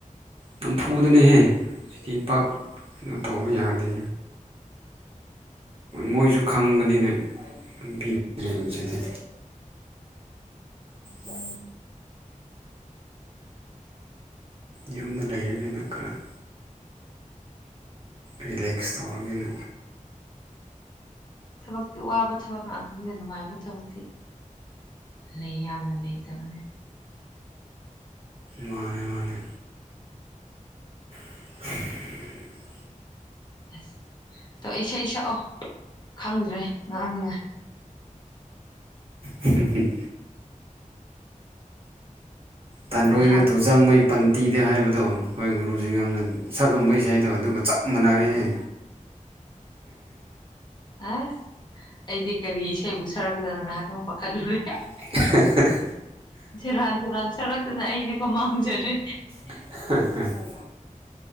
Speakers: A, on the right (about 45°); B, on the left (about 30°).
A: ꯅꯝꯐꯨꯗꯅꯍꯦ ꯄꯥꯛ ꯇꯧꯕ ꯌꯥꯗꯦ ꯃꯣꯏꯁꯨ ꯈꯪꯕꯅꯤꯅ ꯄꯤꯕꯤꯔꯦꯁꯤꯗꯤ ꯒ ꯌꯨꯝꯗ ꯂꯩꯔꯒꯅ ꯈꯔ꯫ ꯔꯤꯂꯦꯛꯁ ꯇꯧꯔꯒꯦꯔꯥ
B: ꯊꯕꯛꯇꯤ ꯋꯥꯕ ꯊꯕꯛ ꯉꯥꯛꯇꯅꯤꯅ ꯅꯨꯡꯉꯥꯏꯕ ꯊꯕꯛꯇꯤ ꯂꯩ ꯌꯥꯝꯅ ꯂꯩꯇꯕꯅꯦ
A: ꯃꯥꯅꯦ ꯃꯥꯅꯦ ꯍꯤ
B: ꯑꯁ ꯇꯧ ꯏꯁꯩ ꯁꯛꯑꯣ ꯈꯪꯗ꯭ꯔꯦ ꯉꯥꯡꯅꯤꯉꯥꯏ
A: ꯎꯝ꯫ ꯇꯥꯟꯗꯣꯏꯅ
B: ꯉꯥꯏꯍꯥꯛꯀꯤ
A: ꯇꯨꯖꯪꯉꯩ
B: ꯏꯁꯩ
A: ꯄꯟꯇꯤꯗꯦ ꯍꯥꯏꯕꯗꯣ ꯑꯩꯈꯣꯏ ꯒꯨꯔꯨꯁꯤ ꯌꯥꯝꯅ ꯁꯛꯑꯝꯕ ꯏꯁꯩꯗꯣ ꯑꯗꯨꯒ ꯆ꯫
B: ꯁꯛꯄ
A: ꯃꯅꯥꯔꯦꯅꯦ
B: ꯑꯁ ꯑꯩꯗꯤ ꯀꯔꯤ ꯏꯁꯩꯕꯨ ꯁꯛꯔꯛꯇꯅꯣ ꯉꯍꯥꯛꯇꯪ ꯄꯥꯈꯠꯂꯨꯔꯦ
A: ꯫
B: ꯁꯦꯔꯥꯟ ꯇꯨꯔꯥꯟ ꯁꯛꯔꯛꯇꯅ ꯑꯩꯗꯤꯀꯣ ꯃꯥꯡꯖꯔꯦ
A: ꯍꯥꯍꯥꯍꯥꯍꯥꯍꯥ